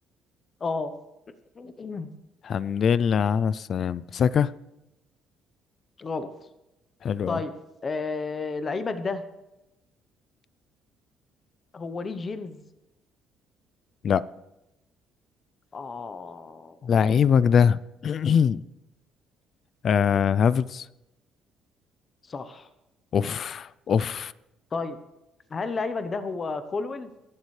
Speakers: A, on the left; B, on the left.
A: اه <clears throat>
B: الحمد لله على السلامة ساكا
A: غلط
B: حلو
A: طيب
B: اوي
A: أه... لعيبك ده هو ري جيمز
B: لا
A: اه
B: لعيبك ده <clears throat> آه، هافرز
A: صح
B: اوف اوف
A: طيب هل لعيبك ده هو كولويل